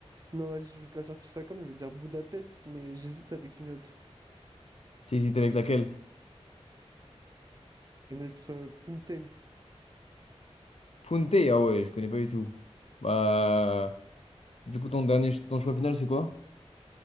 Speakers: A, on the right; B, on the left.
A: Non, vas-y, je vais te la sortir ça comme, je veux dire Budapest, mais j'hésite avec une autre.
B: T'hésites avec laquelle?
A: Ça va être euh, Puntei.
B: Punta, ah ouais, je connais pas du tout. Bah. Du coup, ton dernier, ton choix final, c'est quoi?